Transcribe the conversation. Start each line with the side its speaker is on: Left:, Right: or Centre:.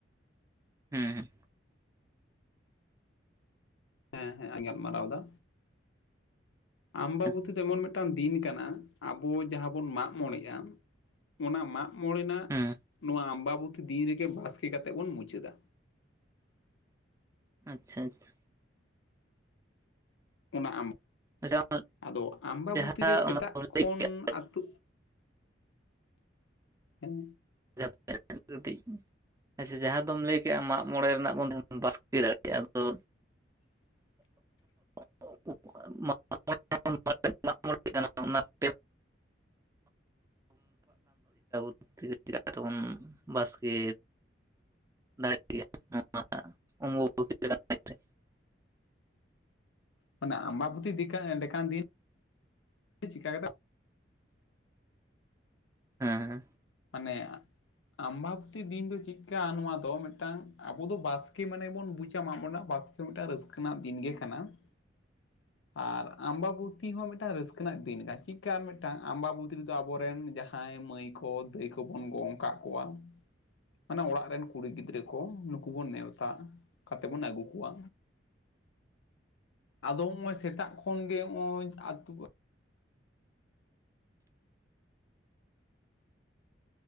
Right: ᱦᱮᱸ
Left: ᱦᱮᱸ ᱦᱮᱸ ᱜᱟᱞᱢᱟᱨᱟᱣᱫᱟ ᱟᱢᱵᱟᱵᱚᱛᱤ
Right: ᱟᱪᱪᱷᱟ
Left: ᱫᱚ ᱮᱢᱚᱱ ᱢᱤᱫᱴᱟᱱ ᱫᱤᱱ ᱠᱟᱱᱟ ᱟᱵᱚ ᱡᱟᱦᱟᱸ ᱵᱚᱱ ᱢᱟᱜ ᱢᱚᱬᱮᱜᱼᱟ ᱚᱱᱟ ᱢᱟᱜ ᱢᱚᱬᱮ ᱨᱮᱱᱟᱜ
Right: ᱦᱩᱸ
Left: ᱱᱚᱣᱟ ᱟᱢᱵᱟ ᱵᱚᱛᱤ ᱫᱤᱱ ᱨᱮᱜᱮ ᱵᱟᱥᱠᱮ ᱠᱟᱛᱮᱜ ᱵᱚᱱ ᱢᱩᱪᱟᱹᱫᱟ
Right: ᱟᱪᱪᱷᱟ ᱟᱪᱪᱷᱟ
Left: ᱚᱱᱟ ᱟᱢ
Right: ᱟᱪᱪᱷᱟ
Left: ᱟᱫᱚ ᱟᱢᱵᱟᱵᱚᱛᱤᱨ
Right: ᱡᱟᱦᱟᱸ
Left: ᱨᱮ ᱥᱮᱛᱟᱜ
Right: ᱚᱱᱟ
Left: ᱠᱷᱚᱱ
Right: ᱞᱟᱹᱭ ᱠᱮᱫ
Left: ᱟᱹᱛᱩ ᱦᱮᱸ
Right: <unintelligible> ᱠᱟᱹᱴᱤᱡ ᱟᱪᱪᱷᱟ ᱡᱟᱦᱟᱸ ᱫᱚᱢ ᱞᱟᱹᱭ ᱠᱮᱜ ᱟ ᱢᱟᱜᱢᱚᱬᱮ ᱨᱮᱱᱟᱜ ᱵᱚᱱ ᱵᱟᱥᱠᱮ ᱫᱟᱲᱮᱭᱟᱜᱼᱟ ᱟᱫᱚ
Left: <inaudible>
Right: <unintelligible> ᱚᱱᱟᱛᱮ <unintelligible> ᱵᱚᱱ ᱵᱟᱥᱠᱮ ᱫᱟᱲᱮᱭᱟᱜ ᱜᱮᱭᱟ ᱱᱚᱣᱟ ᱚᱢᱵᱚᱵᱚᱛᱤ ᱞᱮᱠᱟᱱ ᱫᱤᱱ ᱨᱮ
Left: ᱢᱟᱱᱮ ᱟᱢᱵᱟᱵᱩᱚᱛᱤ ᱫᱤᱠᱟᱱ ᱞᱮᱠᱟᱱ ᱫᱤᱱ ᱪᱤᱠᱟᱹ ᱠᱟᱛᱮ
Right: ᱦᱮᱸᱮ
Left: ᱢᱚᱱᱮᱭᱟ ᱟᱢᱵᱟᱵᱚᱛᱤ ᱫᱤᱱ ᱫᱚ ᱪᱮᱫᱠᱟ ᱱᱚᱣᱟ ᱫᱚ ᱢᱤᱫᱴᱟᱝ ᱟᱵᱚ ᱫᱚ ᱵᱟᱥᱠᱮ ᱢᱟᱱᱮ ᱵᱚᱱ ᱵᱩᱡᱟ ᱢᱟᱜᱢᱚᱬᱮ ᱨᱮᱱᱟᱜ ᱵᱟᱥᱠᱮ ᱢᱤᱫᱴᱟᱝ ᱨᱟᱹᱥᱠᱟᱹ ᱨᱮᱱᱟᱜ ᱫᱤᱱ ᱜᱮ ᱠᱟᱱᱟ᱾ ᱟᱨ ᱟᱢᱵᱟ ᱵᱩᱛᱤ ᱦᱚᱸ ᱢᱤᱫᱴᱟᱝ ᱨᱟᱹᱥᱠᱟᱹ ᱨᱮᱱᱟᱜ ᱫᱤᱱ ᱠᱟᱱᱟ ᱪᱤᱠᱠᱟ ᱢᱤᱫᱴᱟᱝ ᱟᱢᱵᱟ ᱵᱩᱛᱤ ᱨᱮᱫᱚ ᱟᱵᱚᱨᱮᱱ ᱡᱟᱦᱟᱸᱭ ᱢᱟᱹᱭ ᱠᱚ ᱠᱚ ᱫᱟᱹᱭ ᱠᱚᱵᱚᱱ ᱜᱚᱝ ᱠᱟᱜ ᱠᱚᱣᱟ ᱢᱟᱱᱮ ᱚᱲᱟᱜ ᱨᱮᱱ ᱠᱩᱲᱤ ᱜᱤᱫᱽᱨᱟᱹ ᱠᱚ ᱱᱩᱠᱩ ᱵᱚᱱ ᱱᱮᱣᱛᱟ ᱛᱟ ᱠᱟᱛᱮ ᱵᱚᱱ ᱟᱹᱜᱩ ᱠᱚᱣᱟ᱾ ᱟᱫᱚ ᱦᱚᱸᱜᱼᱚᱭ ᱥᱮᱛᱟᱜ ᱠᱷᱚᱱ ᱜᱮ ᱦᱚᱜᱼᱚᱭ ᱟᱹᱛᱩ